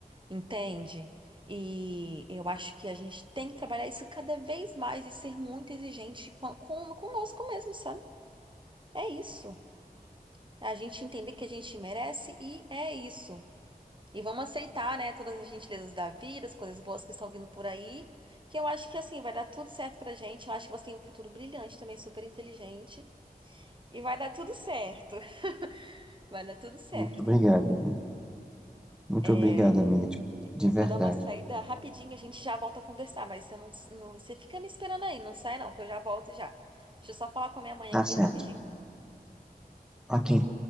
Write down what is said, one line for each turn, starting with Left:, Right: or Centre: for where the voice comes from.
Right: entende? E eu acho que a gente tem que trabalhar isso cada vez mais e ser muito exigente com, com- conosco mesmo, sabe? É isso. A gente entender que a gente merece e é isso. E vamos aceitar, né, todas as gentilezas da vida, as coisas boas que estão vindo por aí, que eu acho que assim vai dar tudo certo pra gente. Eu acho que você tem um futuro brilhante também, super inteligente, e vai dar tudo certo. <laughs> Vai dar tudo certo.
Centre: Muito obrigado. viu? Muito
Right: É,
Centre: obrigado, amiga. tipo, De
Right: eu
Centre: verdade.
Right: vou dar uma saída rapidinho, a gente já volta a conversar, mas você não, não- você fica me esperando aí, não sai não, que eu já volto já. Deixa eu só falar com a minha mãe
Centre: Tá
Right: aqui
Centre: certo.
Right: rapidinho.
Centre: Ok.